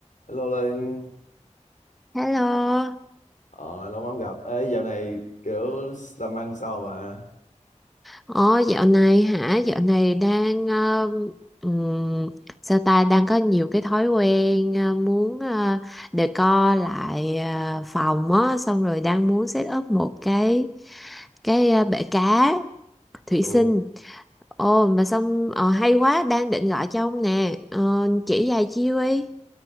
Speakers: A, on the left; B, in the centre.
A: Hello Linh,
B: Hello,
A: ờ, lâu lắm gặp. Ê, dạo này kiểu làm ăn sao bà?
B: Ồ, dạo này hả? Dạo này đang ờ, ừm, sao ta đang có nhiều cái thói quen ờ, muốn ờ, decor lại ờ, phòng á, xong rồi đang muốn set up một cái cái ờ, bể cá thủy
A: Ồ,
B: sinh. Ồ mà xong ờ, hay quá, đang định gọi cho ông nè, Ờ, chỉ vài chiêu đi.